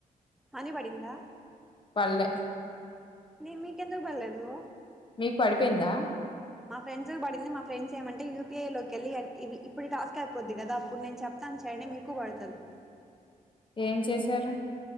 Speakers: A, in the centre; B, on the left.
A: మని పడిందా
B: పల్ళె
A: నీ మీకు ఎందుకు పళ్లేదు
B: మీకు పడిపోయిందా
A: మా ఫ్రెండ్స్ పడింది మా ఫ్రెండ్స్ ఏమంటే యూపీఐ లోకిెళ్ళి ఇప్పుడు టాస్క్ అయిపోద్ది కదా అప్పుడు నేను చెప్తాను చేయండి మీకు పడతది
B: ఏం చేశారు